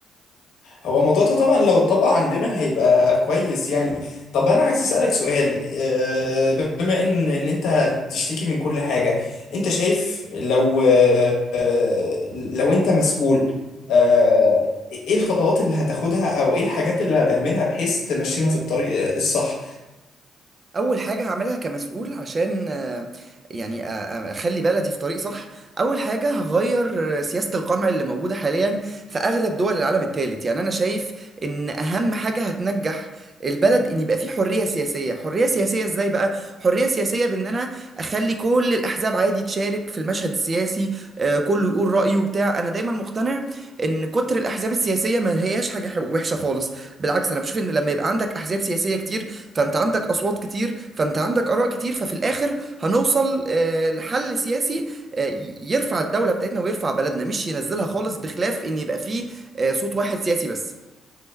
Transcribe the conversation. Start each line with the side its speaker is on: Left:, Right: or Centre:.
Left: هو الموضوع ده طبعا لو اتطبق عندنا هيبقى كويس يعني طب انا عايز اسالك سؤال آه، بما ان ان انت بتشتكي من كل حاجه انت شايف لو آه، آه، لو انت مسؤول آه، ايه الخطوات اللي هتاخدها او ايه الحاجات اللي هتعملها بحيث تمشينا في الطريق الصح
Right: اول حاجه هعملها كمسؤول عشان آه، يعني آه، آه، اخلي بلدي في طريق صح اول حاجه هغير سياسه القمع اللي موجوده حاليا في اغلب دول العالم الثالث يعني انا شايف ان اهم حاجه هتنجح البلد ان يبقى فيه حريه سياسيه حريه سياسيه ازاي بقى حريه سياسيه بان انا اخلي كل الاحزاب عادي تشارك في المشهد السياسي آه، كله يقول رايه وبتاع انا دايما مقتنع ان كتر الاحزاب السياسيه ما هياش حاجه وحشه خالص بالعكس انا بشوف ان لما يبقى عندك احزاب سياسيه كتير فانت عندك اصوات كتير فانت عندك اراء كتير ففي الاخر هنوصل آه، لحل سياسي آه، ي- يرفع الدوله بتاعتنا ويرفع بلدنا مش ينزلها خالص بخلاف ان يبقى فيه آه، صوت واحد سياسي بس